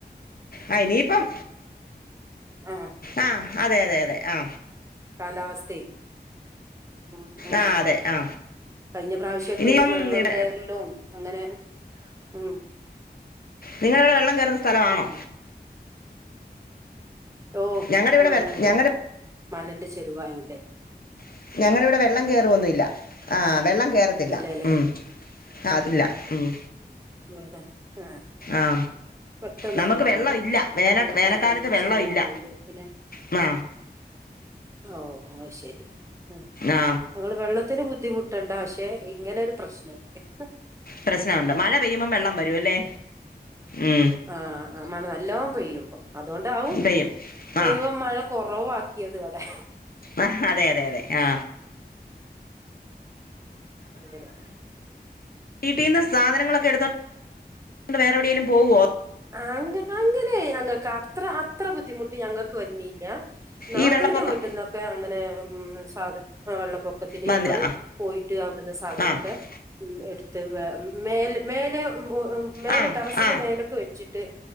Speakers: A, on the left; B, on the right.
A: ആ ഇനിയിപ്പം
B: ആ
A: ആ അതെ അതെ അതെ ആ
B: കാലാവസ്ഥ ഉം എ
A: ആ അതെ
B: എ
A: ആ
B: കഴിഞ്ഞ പ്രാവശ്യൊക്കെ
A: ഇനിയിപ്പം
B: വെള്ളം
A: ഇവിടെ-
B: കയറലും അങ്ങനെ ഉം
A: നിങ്ങള അവിടെ വെള്ളം കേറുന്ന സ്ഥലമാണോ
B: ഉം ഓ
A: ഞങ്ങളുടെ
B: ഇവിടെ വെള്ളം
A: വെ-
B: കേറും
A: ഞങ്ങളുടെ
B: മലന്റെ ചെരിവായോണ്ട്
A: <inaudible> ഞങ്ങളിവിടെ വെള്ളം കേറൊന്നുമി ല്ല ആ വെള്ളം കയറത്തില്ല
B: ഇല്ലല്ലേ
A: ഉ ആ അതില്ല ഉം
B: അതെ ആഹ
A: ആ
B: പെട്ടെന്ന്
A: നമുക്ക്
B: വെള്ളം കേറും
A: ഇല്ല വേന
B: മ
A: വേനൽക്കാലത്ത്
B: മലന്റെ
A: വെള്ളം
B: ചരിവായോണ്ട്
A: ഇല്ല
B: പിന്നെ
A: ആ
B: ഓ ഓ ശരി ഉം
A: ആ
B: ഇങ്ങൾ വെള്ളത്തിന് ബു ബുദ്ധിമുട്ടണ്ട പക്ഷെ ഇങ്ങനൊ ഒരു പ്രശ്നം ഇണ്ട്
A: പ്രശ്ന ഉണ്ട് മഴ പെയ്യുമ്പം വെള്ളം വരും അല്ലേ ഉം
B: ആ ആ മഴ നല്ലോണം പെയ്യുമ്പോ അതുകൊണ്ടാവും
A: പെയ്യും ആ
B: ദൈവം മഴ കൊറവാക്കിയത് ഇവടെ
A: ആ അതെ അതെ അതെ ആ
B: എങ്ങനെ മു
A: വീട്ടീന്ന് സാധനങ്ങളൊക്കെ എടുത്തണ്ട് വേറെ എവിടെലും പോവോ
B: അ അങ്ങനെ ഞങ്ങൾക്ക് അത്ര അത്ര ബുദ്ധിമുട്ട് ഞങ്ങൾക്ക് വന്നില്ല നാത്തുവിന്റെ
A: ഈ വെള്ളപ്പൊക്കം
B: വീട്ടിൽ നിന്നൊക്കെ അങ്ങനെ ഉം സാധ അ വെള്ളം പൊക്കത്തിന്
A: വന്നില്ല
B: ഞങ്ങൾ പോയിട്ട് അവിടുന്ന സാധനക്കെ
A: ആ ആ
B: ഉം എടുത്ത് വെ മേൽ മേലെ ഉം ഓ മേലെ
A: ആ ആ
B: ടെറസിന്റെ
A: ആ
B: മേലൊക്കെ വെച്ചിട്ട്